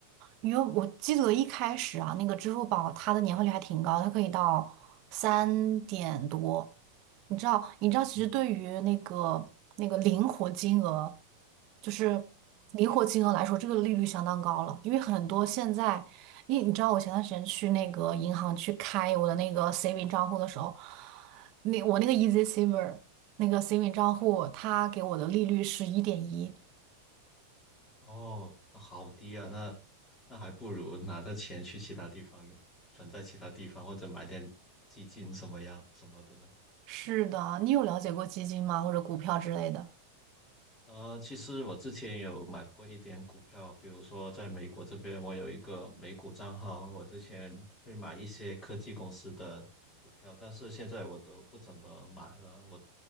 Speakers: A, on the right; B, on the left.
A: 因为我记得一开始啊，那个支付宝它的年化率还挺高，它可以到三点多。你知道，你知道，
B: 嗯，
A: 其实对于那个那个灵活金额，就是灵活金额来说，这个利率相当高了。因为很多现在，因为你知道，我前段时间去那个银行去开我的那个 saving 账户的时候，那我那个 Easy Saver 那个 saving 账户，它给我的利率是一点一。
B: 哦，那好低啊，那那还不如拿着钱去其他地方用，存在其他地方或者买点基金什么样什么的呢？
A: 是的，你有了解过基金吗？或者股票之类的？
B: 呃，其实我之前有买过一点股票，比如说在美国这边，我有一个美股账号，我之前会买一些科技公司的股票，但是现在我都不怎么买了，我